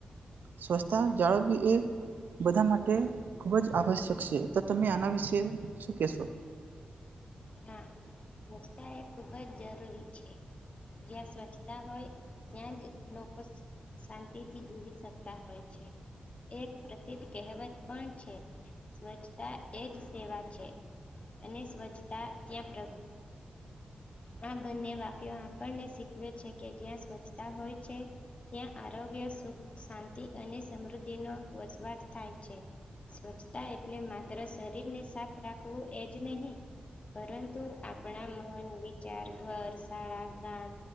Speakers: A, on the right; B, on the left.
A: સ્વસ્થતા જાળો ભ બધા માટે ખુબ જ આવશ્યક છે તો તમે આના વિશે શું કેશો?
B: હા સ્વચ્છતા એ ખુબ જ જરૂરી છે. જ્યાં સ્વચ્છતા હોય ત્યાં જ લોકો શાંતિથી જીવી શકતા હોય છે એક પ્રસિદ્ધ કહેવત પણ સ્વચ્છતા એજ સેવા છે અને સ્વચ્છતા ત્યાં પ્રગ આ બંને વાક્યો આપણને શીખવે છે કે જ્યાં સ્વચ્છતા હોય છે. ત્યાં આરોગ્ય સુખ શાંતિ અને સમૃદ્ધિનો વસવાટ થાય છે સ્વચ્છતા એટલે માત્ર શરીરને સાફ રાખવું એ જ નહીં પરંતુ આપણા મન વિચાર ઘર શાળા ગામ